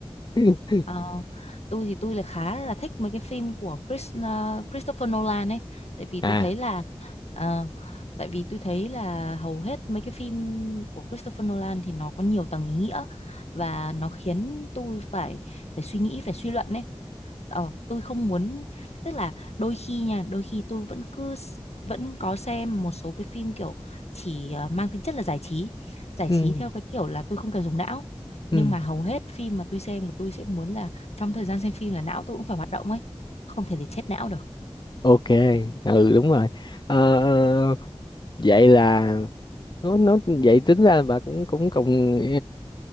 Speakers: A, on the left (about 45°); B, on the left (about 75°).
A: <laughs>
B: Ờ, tôi thì tôi là khá là thích mấy cái phim của Chris, ờ, Christopher Nolan ấy tại vì
A: à
B: tôi thấy là ờ, tại vì tôi thấy là hầu hết mấy cái phim của Christopher Nolan thì nó có nhiều tầng ý nghĩa và nó khiến tôi phải phải suy nghĩ phải suy luận ấy ờ, tôi không muốn tức là đôi khi nha đôi khi tôi vẫn cứ s- vẫn có xem một số cái phim kiểu chỉ ờ, mang tính chất là giải trí giải
A: ừ,
B: trí theo cái kiểu là tôi không cần dùng não
A: ừ,
B: nhưng mà hầu hết phim mà tôi xem là tôi sẽ muốn là trong thời gian xem phim là não tôi cũng phải hoạt động ấy không thể để chết não được
A: ok ừ đúng rồi Ờ, ờ, vậy là nó nó vậy tính ra là bà cũng cũng cùng ờ,